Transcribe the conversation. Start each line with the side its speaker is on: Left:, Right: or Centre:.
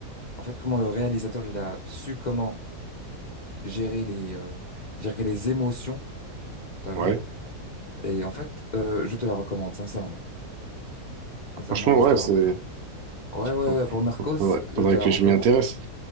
Left: en fait comment le réalisateur il a su comment gérer les euh, gérer les émotions, t'as
Right: Ouais,
Left: vu? Et en fait euh, je te la recommande sincèrement. Sincèrement
Right: franchement,
Left: je
Right: ouais,
Left: te la
Right: c'est.
Left: recommande. Ouais ouais
Right: faut-
Left: ouais
Right: faut-
Left: pour Narcos
Right: faut- Faudrait,
Left: je
Right: faudrait
Left: te la
Right: que
Left: recommande.
Right: je m'y intéresse.